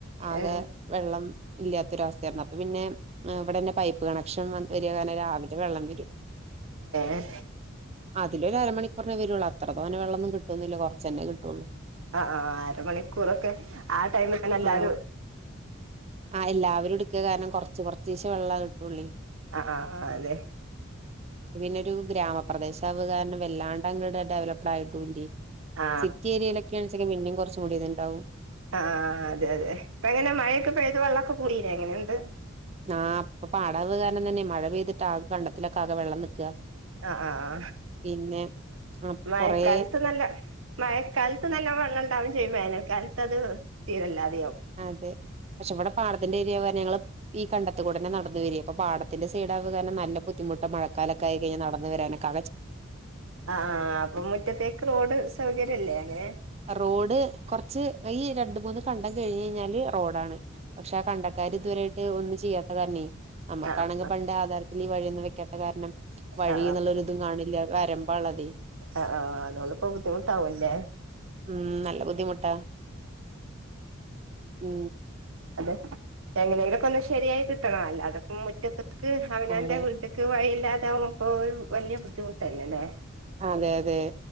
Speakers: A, on the right; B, on the right.
A: ആകെ
B: ഏ
A: വെള്ളം ഇല്ലാത്തൊരവസ്ഥയായിരുന്നു അപ്പൊ പിന്നെ ഇവിടെന്നെ പൈപ്പ് കണക്ഷൻ വ വരിയാ കനെ രാവിലെ വെള്ളം വരും
B: ഏ
A: അതി ഒരു അരമണികു വരുള്ളൂ അത്ര തോനെ വെള്ളൊന്നു കിട്ടന്ന്ല്ല്യ കൊറച്ചേനെ കിട്ടൂള്ളൂ
B: അ ആ അരമണിക്കൂറൊക്കെ ആ ടൈമിൽ തന്നെ എല്ലാരു
A: ആ ആ എല്ലാവരും എടുക്ക കാരണം കൊറച്ച് കൊറച്ചസെ വെള്ള കിട്ടുളേ
B: അ ആ ആ അതെ
A: പിന്നെരു ഗ്രാമപ്രദേശ കാരണം വല്ലാണ്ട് അങ്ങടെ ഡെവലപ്ഡ് ആയിട്ടൂല്ല്യേ
B: ആ
A: സിറ്റി ഏരിയയിലൊക്കെയാണെച്ചെങ്കിൽ പിന്നേം കുറച്ചൂടിയ ഇത് ഉണ്ടാവും
B: അ ആ അതെ അതെ അപ്പ അങ്ങനെ മഴയൊക്കെ പഴ്ത് വെള്ളമൊക്കെ കൂടില്ലേ എങ്ങനെണ്ട്
A: ആ അപ്പൊ പാടാവ് കാരണം തന്നെ മഴ പെയ്തിട്ട് ആ കണ്ടത്തിലൊക്കെ ആകെ വെള്ളം നിക്കാ
B: ആ ആ ആ
A: പിന്നെ അപ്പൊ
B: മഴ
A: കൊറേ
B: കാലത്ത് നല്ല മഴക്കാലത്ത് നല്ല വള്ളം ഉണ്ടാവും ചെയ്യും വേനക്കാലത്ത് അത് തീരല്ലാതെ
A: അതെ പക്ഷെ ഇവിടെ പാടത്തിന്റെ ഏരിയ പറ ഞങ്ങള് ഈ കണ്ടത്തുകൂടെന്നെന്ന വരിക അപ്പൊ പാത്തിന്റെ സൈഡകുക നല്ല ബുദ്ധിമുട്ട മഴക്കാലൊക്കെ ആ ഴി നടന്നുവരാനക്കെ
B: അ ആ അപ്പൊ മുറ്റത്തേക്ക് റോഡ് സൗകര്യല്ലേ അങ്ങനെ
A: റോഡ് കൊറച്ച് ഈ രണ്ട മൂന്ന് കണ്ടം കഴിഞ്ഞ് കഴിഞ്ഞാല് റോഡാണ് പക്ഷെ ആ കണ്ടക്കാർ ഇതുരായിട്ട് ഒന്നി ചെയ്യാത്ത കാരണേ നമുക്കാണെങ്കിൽ
B: ആ ആ
A: പണ്ട് ആധാരത്തിൽഈ വഴിയന്നും വെക്കാത്ത കാരണം വഴിന്നുള്ളരു
B: ആ
A: ഇതും കാണില്ല വരമ്പ ഉള്ളതെ
B: അ ആ അതോടുപ്പം ബുദ്ധിമുട്ടാവുല്ലേ
A: ഉം നല്ല ബുദ്ധിമുട്ടാ ഉ
B: അതെ എങ്ങനെങ്കിലൊക്ക ഒന്ന ശരിയായി കിട്ടണ അല്ല അതൊപ്പ മു ക്ക് അവനന്റെ
A: അതെ
B: വീട്ടക്ക് വഴിയില്ലാതൊവുപ്പോ വലിയ ബുദ്ധിമുട്ടന്നേലല്ലേ
A: അതെ അതെ